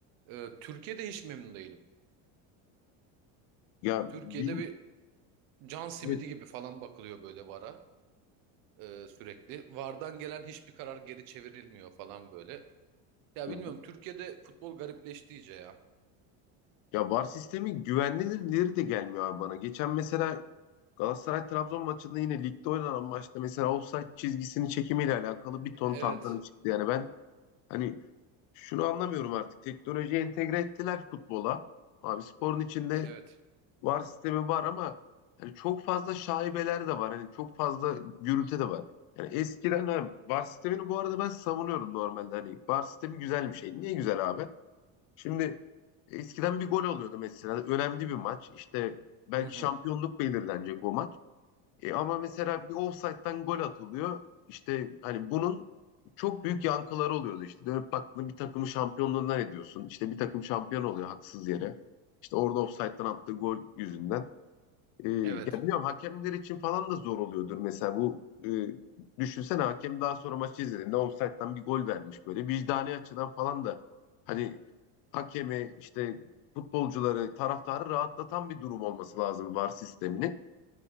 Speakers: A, on the right; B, on the left.
A: e, Türkiye'de hiç memnun değilim.
B: Ya
A: Türkiye'de
B: bil,
A: bir can simidi
B: evet.
A: gibi falan bakılıyor böyle VAR'a e, sürekli. VAR'dan gelen hiçbir karar geri çevrilmiyor falan böyle. Ya
B: Hı
A: bilmiyorum
B: hı.
A: Türkiye'de futbol garipleşti iyice ya.
B: Ya VAR sistemi güvenilirleri de gelmiyor abi bana. Geçen mesela Galatasaray Trabzon maçında yine ligde oynanan maçta mesela offside çizgisini çekimiyle alakalı bir
A: Evet,
B: ton tantana çıktı. Yani ben hani şunu anlamıyorum artık. Teknolojiyi entegre ettiler futbola. Abi sporun içinde
A: evet.
B: VAR sistemi var ama hani çok fazla şaibeler de var. Hani çok fazla gürültü de var. Yani eskiden hani VAR sistemini bu arada ben savunuyorum normalde. Hani VAR sistemi güzel bir şey. Niye güzel abi? Şimdi eskiden bir gol oluyordu mesela. Önemli bir maç. İşte belki
A: Hı hı.
B: şampiyonluk belirlenecek o maç. E ama mesela bir ofsayttan gol atılıyor. İşte hani bunun çok büyük yankıları oluyordu. İşte dönüp baktığında bir takımı şampiyonluğundan ediyorsun. İşte bir takım şampiyon oluyor haksız yere. İşte orada ofsayttan attığı gol yüzünden. E, ya
A: Evet,
B: bilmiyorum hakemler için falan da zor oluyordur mesela bu e, düşünsene hakem daha sonra maçı izlediğinde ofsayttan bir gol vermiş böyle vicdani açıdan falan da hani hakemi işte futbolcuları taraftarı rahatlatan bir durum olması lazım VAR sisteminin